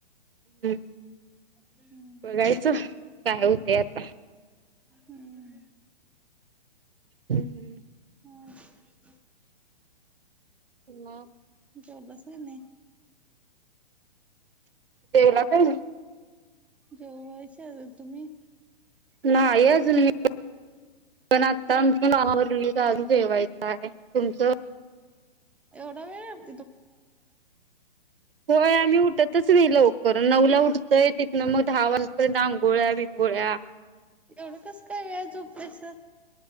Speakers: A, on the right; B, in the centre.
A: हम्,
B: हम्म
A: बघायचं काय होते आता.
B: हम्म,
A: हम् हम्,
B: ह <inaudible>
A: मग.
B: जवलस का नाही.
A: जेवला का नाही.
B: जेवायची हाय अजून तुम्ही.
A: नाही अजून पण पण आता आमच्या मावरली जाज जेवायचं आहे तुमचं.
B: एवढा वेळ.
A: होय आम्ही उठतच नाही लवकर नऊला उठतय तिथ ना मग दहा वाजपर्यंत आंघोळ्या बिंगोळ्या.
B: एवढं कस काय वेळ झोपल्यास.